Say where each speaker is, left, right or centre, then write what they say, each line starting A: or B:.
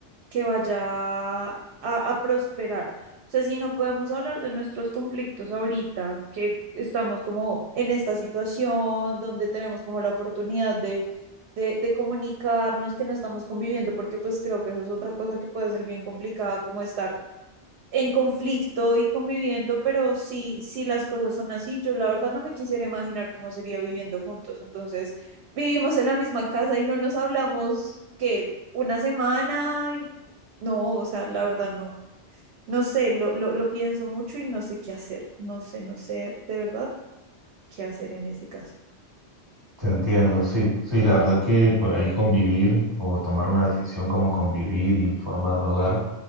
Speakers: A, on the right; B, on the right.
A: que vaya a, a prosperar. O sea, si no podemos hablar de nuestros conflictos ahorita, que estamos como en esta situación donde tenemos como la oportunidad de de, de comunicarnos que no estamos conviviendo, porque pues creo que eso es otra cosa que puede ser bien complicada, como estar en conflicto y conviviendo, pero sí, sí las cosas son así, yo la verdad no me quisiera imaginar cómo sería viviendo juntos. Entonces, vivimos en la misma casa y no nos hablamos que una semana, y no, o sea, la verdad no. No sé, lo, lo, lo pienso mucho y no sé qué hacer. No sé, no sé de verdad qué hacer en ese caso.
B: Te entiendo, sí, sí, la verdad que por ahí convivir o tomar una decisión como convivir y formar un hogar,